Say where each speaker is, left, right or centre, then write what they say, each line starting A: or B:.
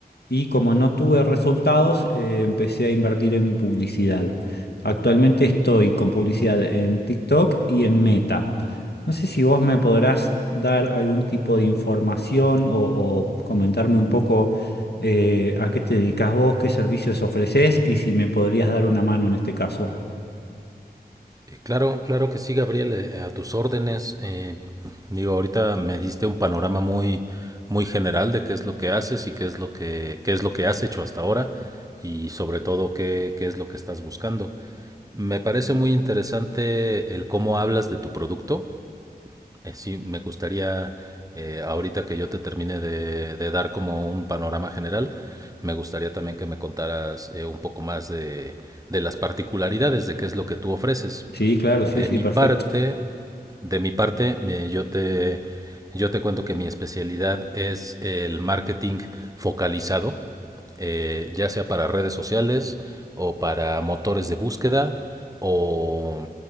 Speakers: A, on the left (about 85°); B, on the right (about 20°).
A: y como no tuve resultados, eh, empecé a invertir en publicidad. Actualmente estoy con publicidad en TikTok y en Meta. No sé si vos me podrás dar algún tipo de información o, o comentarme un poco eh, a qué te dedicas vos, qué servicios ofreces y si me podrías dar una mano en este caso.
B: Eh, Claro, claro que sí, Gabriel, eh, a tus órdenes. Eh, digo, ahorita me diste un panorama muy, muy general de qué es lo que haces y qué es lo que, qué es lo que has hecho hasta ahora y sobre todo qué, qué es lo que estás buscando. Me parece muy interesante el cómo hablas de tu producto. Eh, sí, me gustaría, eh, ahorita que yo te termine de, de dar como un panorama general, me gustaría también que me contaras eh, un poco más de, de las particularidades de qué es lo que tú ofreces.
A: Sí, claro,
B: De
A: sí, sí,
B: mi
A: perfecto.
B: parte, de mi parte, eh, yo te, yo te cuento que mi especialidad es el marketing focalizado, eh, ya sea para redes sociales o para motores de búsqueda o,